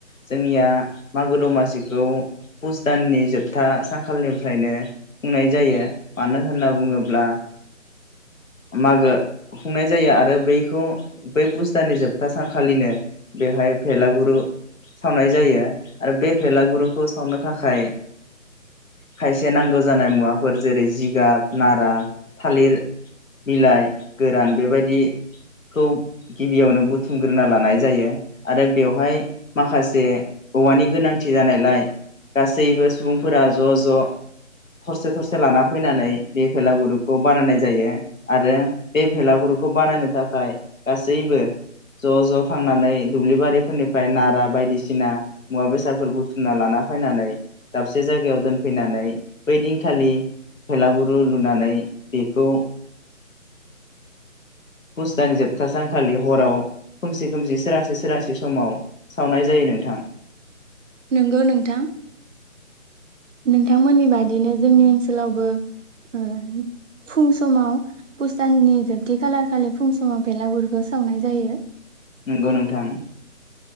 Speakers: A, on the left (about 75°); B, on the right (about 65°).
A: जोंनिया मागो दमासिखौ पुस दाननि जोबथा सानखाालनिफ्रायनो खुंनाय जायो मानो होनना बुङोब्ला मागो खुंनाय जायो आरो बैखौ बै फुस दाननि जोबथा सानखालिनो बेवहाय भेलागुरु सावनाय जायो आरो बे भेलागुरुखौ सावनो थाखाय खायसे नांगौ जानाय मुवाफोर जेरै जिगाब नारा थालिर बिलाइ गोरान बेबायदिखौ गिबियावनो बुथुमग्रोना लानाय जायो आरो बेवहाय माखासे औवानि गोनांथि जानायलाय गासैबो सुबुंफोरा ज' ज' थरसे थरसे लाना फैनानै बे भेलागुरुखौ बानायनाय जायो आरो बे भेलागुरुखौ बानायनो थाखाय गासैबो ज' ज' थांनानै दुब्लि बारिफोरनिफ्राय नारा बायदिसिना मुवा बेसादफोर बुथुमना लाना फैनानै दाबसे जायगायाव दोनफैनानै बैदिनखालि भेलागुरु लुनानै बेखौ फुस दाननि जोबथा सानखालि हराव खोमसि खोमसि सोरांसि सोरांसि समाव सावनाय जायो नोंथां।
B: नंगौ नोंथां नोंथांमोननि बादिनो जोंनि ओनसोलावबो ओ फुं समावपुस दाननि जोबथि खालार खालि फुं समाव बेलागुरखौ सावनाय जायो।
A: नंगौ नोंथां।